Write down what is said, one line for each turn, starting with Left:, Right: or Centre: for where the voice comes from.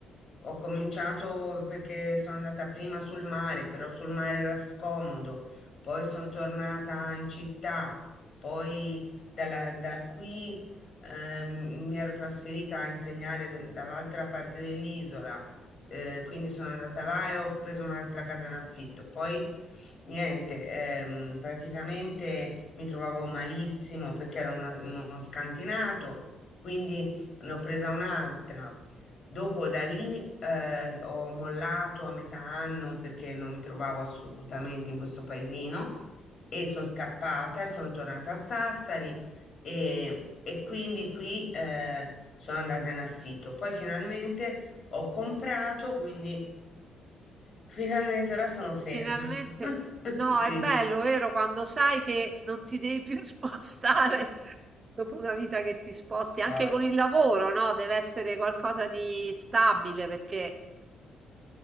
Left: ho cominciato perché sono andata prima sul mare, però sul mare era scomodo. Poi sono tornata in città. Poi dalla- da qui ehm, mi ero trasferita a insegnare d- dall'altra parte dell'isola. eh, quindi sono andata là e ho preso un'altra casa in affitto. Poi Niente, ehm, praticamente mi trovavo malissimo perché ero una- in uno scantinato, quindi ne ho presa un'altra. Dopo da lì eh, ho mollato a metà anno perché non mi trovavo assolutamente in questo paesino e sono scappata e sono tornata a Sassari e, e quindi qui eh, sono andata in affitto. Poi finalmente ho comprato, quindi Finalmente ora sono ferma.
Right: Finalmente.
Left: <laughs>
Right: No,
Left: Sì,
Right: è bello, vero? Quando sai che non ti devi più <laughs> spostare dopo una vita che ti sposti, anche
Left: oh,
Right: con il lavoro, no? Deve essere qualcosa di stabile perché